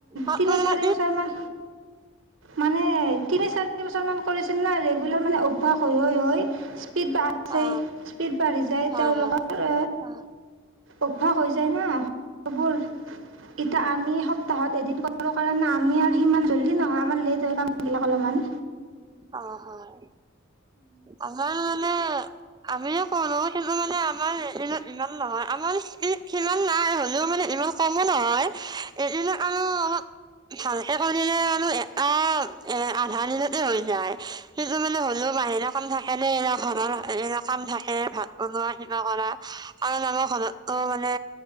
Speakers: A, on the right (about 20°); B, on the right (about 70°).
A: অ
B: তিনি
A: ম
B: চাৰি
A: য <unintelligible>
B: বছৰমান মানে তিনি চাৰি বছৰমান কৰিছিল ন ৰেগুলাৰ মানে অভ্যাস হৈ হৈ হৈ স্পীড বাঢ়ছে
A: অ
B: স্পীড বাঢ়ি যায়
A: হয়
B: তেওঁলোকৰ
A: হয় অ
B: অভ্যাস হৈ যায় ন এবোৰ এতিয়া আমি সপ্তাহত এদিন কৰো কাৰণে আমি আৰু সিমান জল্দি নহয় আমাৰ লেট হৈ ক <unintelligible> বিলাক অলপমান
A: অ হয় আমাৰ গলে আমি যে কনো সেইটো মানে আমাৰ এদিনত ইমান নহয় আমাৰ সিমান নাই হ'লেও মানে ইমান কমো নহয় এদিনত আৰু অপ ভালকে কৰিলে ম এটা এ আধা দিনতে হৈ সন্তু মানে হলেও মাহি কাম থাকে নে এ ঘৰৰ ম কাম থাকে ভাত বনোৱা কিবা কৰা কাৰণ আমাৰ ঘৰতো মানে